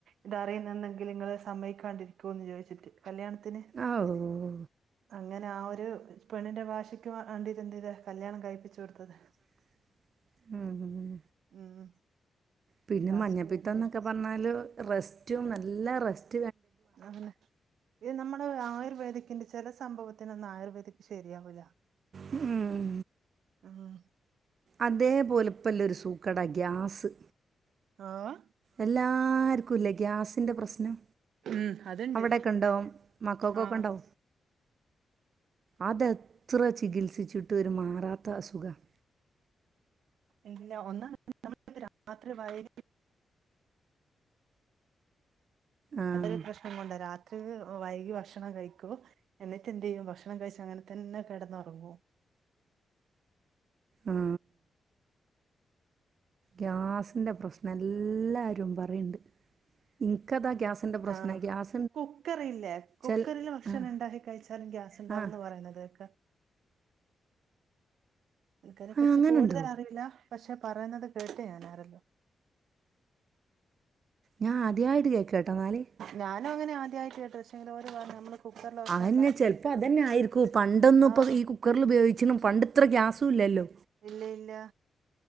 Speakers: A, on the right (about 85°); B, on the right (about 50°).
A: ഇത് അറിയുന്നുണ്ടെങ്കിൽ നിങ്ങള് സമ്മയക്കാണ്ടിരികുവോന്നു ചോദിച്ചിട്ട് കല്യാണത്തിന്
B: ആഹ് ഓ
A: അങ്ങനെ ആ ഒരു പെണ്ണിന്റെ വാശിക്ക് വണ്ടീത് കല്യാണം കഴ്പ്പിച്ചു കൊടുത്തത്
B: <inaudible> ഉം
A: ഉം.
B: പിന്നെ
A: ലാസ്റ്റ്
B: മഞ്ഞപ്പിത്തം
A: ഇങ്ങനെ
B: ന്നൊക്കെ പറഞ്ഞാല് റെസ്റ്റും നല്ല റസ്റ്റ്
A: അങ്ങനെ. ഇത് നമ്മള് ആയുർവേദിക്കിന്റെ ചെല സംഭവത്തിനൊന്നായുർവേദിക് ശരിയാവൂല.
B: ഉം.
A: ആഹ്.
B: അതേപോലെ ഇപ്പല്ലരു സൂക്കട ഗ്യാസ്.
A: ആഹ്.
B: എല്ലാർക്കുല്ലെ ഗ്യാസിന്റെ പ്രസ്നം.
A: ഉം അതുണ്ട്
B: അവിടൊക്കണ്ടോ മക്കകൊക്കെണ്ടോ?
A: ആഹ്
B: അതെത്ര ചികിത്സിച്ചിട്ട് ഒരു മാറാത്ത അസുഖാണ്
A: ഇല്ല ഒന്ന് <unintelligible> രാത്രി വയ
B: ആഹ്
A: അതൊരു പ്രശ്നം കൊണ്ട് രാത്രിക്ക് വൈകി ഭക്ഷണം കഴിക്കു. എന്നിട്ടെന്തയ്യും ഭക്ഷണം കഴിച്ച് അങ്ങനെ തന്നെ കെടന്നുറങ്ങുവോ.
B: ആഹ്. ഗ്യാസിന്റെ പ്രശ്നല്ലാരും പറീണ്ട് ഇൻക്കതാ ഗ്യാസ്. ന്റ പ്രശ്നം
A: ആഹ്
B: ഗ്യാസ്.
A: കുക്കറില്ലേ കുക്കറിൽ
B: ചെൽ
A: ഭക്ഷണം
B: ആഹ്
A: ണ്ടാക്കി കഴിച്ചാലും ഗ്യാസ് ഉണ്ടാവുന്ന്
B: ആഹ്
A: പറയുന്ന കേക്ക. എനിക്കതിനെ കുറിച്ച്
B: ആഹ് അങ്ങനുണ്ടോ
A: കൂടുതൽ അറിവില്ല പക്ഷേ പറയുന്നത് കേട്ട് ഞാനാാരല്ലോ.
B: ഞാൻ ആദ്യായിട്ട് കേക്ക്ട്ടോ ന്നാല്.
A: ഞാനും അങ്ങനെ ആ വ്യർത്തിയായിട്ട് പക്ഷേ എന്തോരതാ നമ്മള് കുക്കർല്
B: അതെന്നെ
A: ഉണ്ടാക്കി
B: ചെലപ്പോ
A: കഴ്ച്ചാല്
B: അതന്നെ ആയിരിക്കും പണ്ടൊന്നും ഇപ്പൊ
A: ആഹ്
B: ഈ കുക്കറിൽ ഉപയോഗിച്ച്ണും പണ്ട് ഇത്ര ഗ്യാസുല്ലല്ലോ.
A: ഇല്ലേ ഇല്ല.